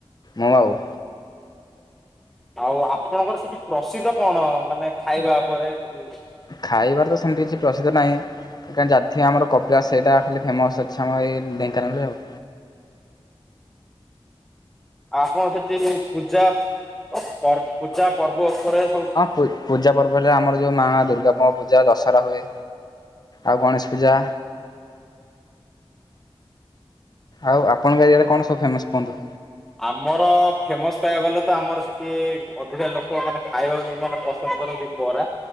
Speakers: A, on the left; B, in the centre.
A: ମୁଁ ଆଉ।
B: ଆଉ ଆପଣଙ୍କର ସେଠି ପ୍ରସିଦ୍ଧ କଣ ମାନେ ଖାଇବା ଉପରେ କି?
A: ଖାଇବାରେ ତ ସେମିତି କିଛି ପ୍ରସିଦ୍ଧ ନାଇଁ। ଏଖାନି ଜାତୀୟ ଆମର କପିଳାସ୍ ସେଇଟା ଖାଲି ଫେମସ୍ ଅଛି ଆମ ଏଇ ଢେଙ୍କାନାଳରେ ଆଉ।
B: ଆଉ ଆପଣଙ୍କ ସେଠି ପୂଜା ପର୍ ପୂଜା ପର୍ବ ଉପରେ ସବୁ
A: ପୂ-ପୂଜା ପର୍ବ ହେଲେ ଆମର ଯୋଉଁ ମା ଦୁର୍ଗାଙ୍କ ପୂଜା ଦଶହରା ହୁଏ। ଆଉ ଗଣେଶ ପୂଜା ଆଉ ଆପଣଙ୍କ ଏରିଆ ରେ କଣ୍ ସବୁ ଫେମସ୍ କୁହନ୍ତୁ?
B: ଆମର ଫେମସ୍ କହିବାକୁ ଗଲେ ତ ଆମର ସେଠି ଅଧିକା ଲୋକ ମାନେ ଖାଇବାକୁ ମାନେ ପସ୍ ପସନ୍ଦ୍ କରନ୍ତି ବରା